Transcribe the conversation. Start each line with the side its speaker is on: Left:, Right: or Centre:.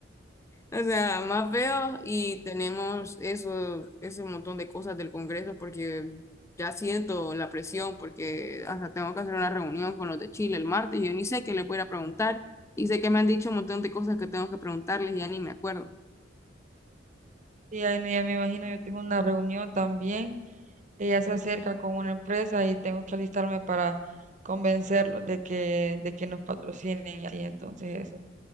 Left: O sea, más feo y tenemos eso, ese montón de cosas del Congreso porque ya siento la presión porque hasta tengo que hacer una reunión con los de Chile el martes y yo ni sé qué les voy a ir a preguntar y sé que me han dicho un montón de cosas que tengo que preguntarles y ya ni me acuerdo.
Right: Y ahí no, ya me imagino, yo tengo una reunión también, que ya se acerca con una empresa y tengo que alistarme para convencerlos de que, de que nos patrocinen y así, entonces eso.